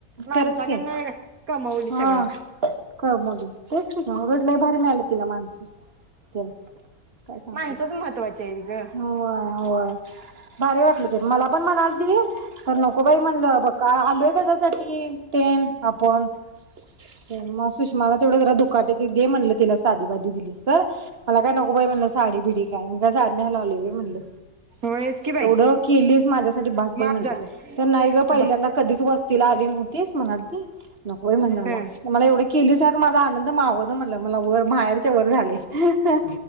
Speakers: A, on the right (about 70°); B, on the right (about 40°).
A: माणसाकडनं
B: खरंच की
A: कमवली
B: हा
A: सगळं
B: <unintelligible> लय भारी मिळाल तिला माणसं रिकामा ऑडिओ
A: माणसंच
B: <inaudible>
A: महत्त्वाचे आहेत ग
B: होय होय. भारी वाटलं ते मला पण म्हणालती, तर नको बाई म्हणलं अबक आलूय कशासाठी तेन आप पण मग सुषमाला तेवढं जरा दुखाट्याची दे म्हणलं तिला साधी बाधी दिलीस तर मला काय नको बाई म्हणलं साडी बिडी कायमचं झाड नाही लावलंय मी म्हणलं
A: होयच की बाई
B: एवढं केलीस माझ्यासाठी बास बाई
A: माफ
B: म्हणलं
A: झालं
B: तर नाही ग पहिल्यांदा
A: ब
B: कधीच व तिला आली नव्हतीस म्हणालती! नको बाई म्हणाला
A: हा
B: मला एवढं केली सा माझा आनंद मावना म्हणलं मला वर माहेरच्या वर झालंय <inaudible> ह